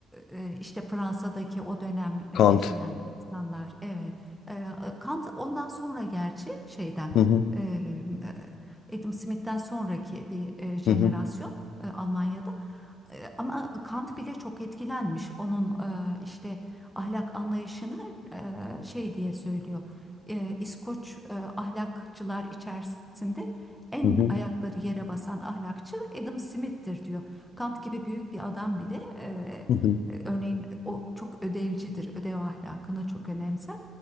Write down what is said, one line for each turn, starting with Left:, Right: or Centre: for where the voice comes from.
Centre: e, işte Fransa'daki o dönem e,
Left: Kant.
Centre: yaşayan insanlar evet. Ee, Kant ondan sonra gerçi şeyden
Left: Hı hı.
Centre: e, e, Adam Smith'ten sonraki bir e, jenerasyon
Left: Hı hı.
Centre: e, Almanya'da. E, Ama Kant bile çok etkilenmiş. Onun e, işte ahlak anlayışını e, şey diye söylüyor e, İskoç e, ahlakçılar içerisinde en
Left: Hı hı.
Centre: ayakları yere basan ahlakçı Adam Smith'tir diyor. Kant gibi büyük bir adam bile e,
Left: Hı hı.
Centre: e, örneğin o çok ödevcidir, ödev ahlakını çok önemser.